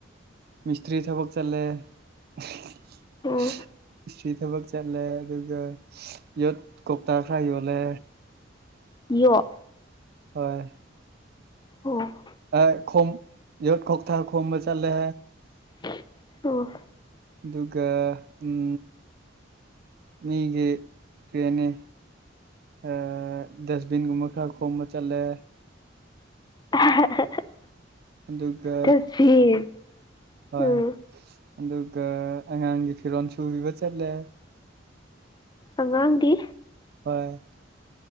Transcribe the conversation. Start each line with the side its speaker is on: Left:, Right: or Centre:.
Right: ꯃꯤꯁꯇ꯭ꯔꯤ ꯊꯕꯛ ꯆꯠꯂꯦ <unintelligible>
Left: ꯎꯝ
Right: <unintelligible> ꯁ꯭ꯔꯤ ꯊꯕꯛ ꯆꯠꯂꯦ ꯑꯗꯨ ꯒ ꯌꯣꯠ ꯀꯧꯇꯥ ꯈꯔ ꯌꯣꯜꯂꯦ
Left: ꯌꯣ
Right: ꯍꯣꯏ
Left: ꯑꯣ
Right: ꯑ ꯈꯣꯝ ꯌꯣꯠ ꯀꯧꯇꯥ ꯈꯣꯝꯕ ꯆꯠꯂꯦ
Left: <unintelligible> ꯑꯣ
Right: ꯑꯗꯨꯒ ꯎꯝ ꯃꯤꯒꯤ ꯄꯦꯅꯤ ꯑ ꯗꯁꯕꯤꯟꯒꯨꯝꯕ ꯈꯔ ꯈꯣꯝꯕ ꯆꯠꯂꯦ
Left: <unintelligible>
Right: ꯑꯗꯨꯒ
Left: ꯗꯁꯕꯤꯟ
Right: ꯍꯣꯏ
Left: ꯎꯝ
Right: ꯑꯗꯨꯒ ꯑꯉꯥꯡꯒꯤ ꯐꯤꯔꯣꯜ ꯁꯨꯕꯤꯕ ꯆꯠꯂꯦ
Left: ꯑꯉꯥꯡꯒꯤ
Right: ꯍꯣꯏ